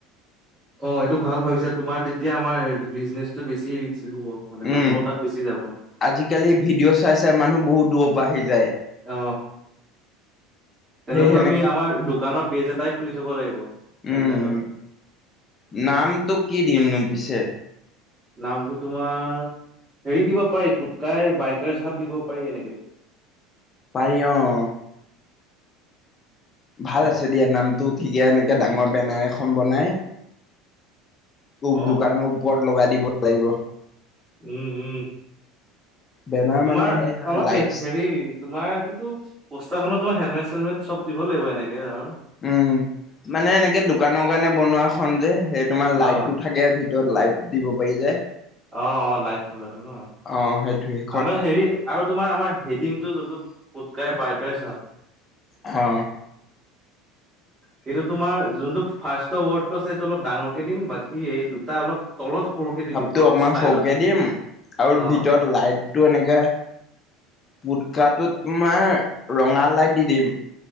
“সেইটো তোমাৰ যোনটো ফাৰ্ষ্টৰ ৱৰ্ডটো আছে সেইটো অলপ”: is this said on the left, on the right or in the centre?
Right